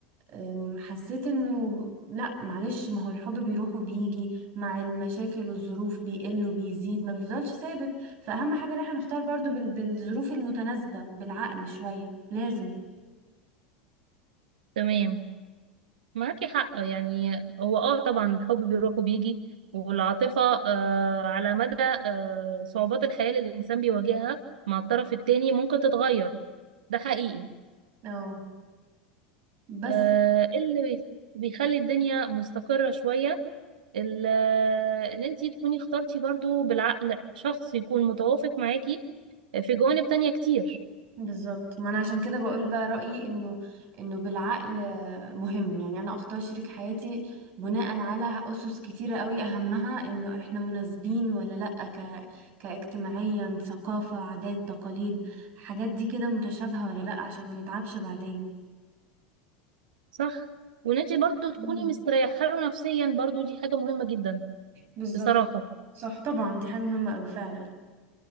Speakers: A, on the right; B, on the right.
A: أم، حسيت انه لا معلش ما هو الحب بيروح وبيجي مع المشاكل والظروف بيقل وبيزيد ما بيفضلش ثابت فأهم حاجة ان احنا نختار برضو بال- بالظروف المتناسبة بالعقل شوية لازم
B: تمام معاكي حق يعني هو اه طبعا الحب بيروح وبيجي والعاطفة آه على مدى آه صعوبات الحياة اللي الإنسان بيواجهها مع الطرف التاني ممكن تتغير ده حقيقي
A: اه بس
B: آه، اللي بي- بيخلي الدنيا مستقرة شوية ال- آه، ان انتي تكوني اخترتي برضو بالعقل شخص يكون متوافق معاكي في جوانب تانية كتير
A: بالظبط ما انا عشان كده بقول بقى رأيي انه انه بالعقل مهم يعني انا اختار شريك حياتي بناء على اسس كتيرة قوي اهمها انه احنا مناسبين ولا لأ ك... كاجتماعيا ثقافة عادات تقاليد حاجات دي كده متشابهة ولا لأ عشان ما نتعبش بعدين
B: صح وان انتي برضو تكوني
A: مم.
B: مستريحة له نفسيا برضو دي حاجة مهمة جدا
A: بالظبط
B: بصراحة
A: صح طبعا دي حاجة مهمة قوي فعلا